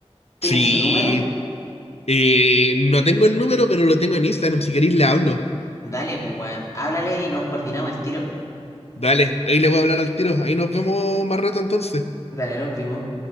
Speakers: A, on the left (about 30°); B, on the left (about 70°).
A: ¿Tenís
B: Sí,
A: su número?
B: Eh, no tengo el número, pero lo tengo en Instagram. Si queréis, le hablo.
A: Dale, pues, weón, háblale y nos coordinamos el tiro.
B: Dale, ahí le voy a hablar al tiro. Ahí nos vemos más rato entonces.
A: Dale, nos vimos.